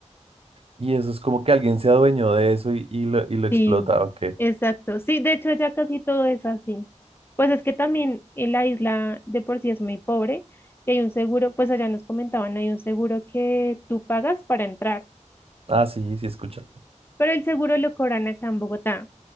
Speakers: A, on the right; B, on the left.
A: Y eso es como que alguien se adueñó de eso y, y lo, y lo explota,
B: Sí,
A: ¿ok?
B: exacto. Sí, de hecho ya casi todo es así. Pues es que también en la isla de por sí es muy pobre y hay un seguro, pues allá nos comentaban, hay un seguro que tú pagas para entrar,
A: Ah, sí, sí, escucha.
B: pero el seguro lo cobran acá en Bogotá.